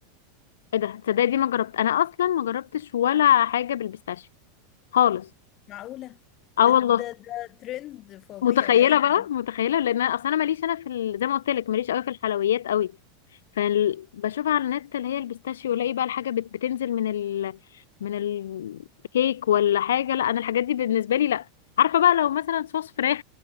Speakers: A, on the left; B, on the left.
A: ايه ده تصدقي دي ما جربت انا اصلا ما جربتش ولا حاجة بالبيستاشيو خالص
B: معقولة
A: اه
B: ده ده
A: والله
B: ده ترند فظيع
A: متخيلة
B: يعني
A: بقى متخيلة لان انا اصلا انا ماليش انا في ال... زي ما قلت لك ماليش قوي في الحلويات قوي فبشوفها على النت اللي هي البيستاشيو الاقي بقى الحاجه بت- بتنزل من ال من الكيك ولا حاجه لا انا الحاجات دي بالنسبه لي لا عارفه بقى لو مثلا صوص فراخ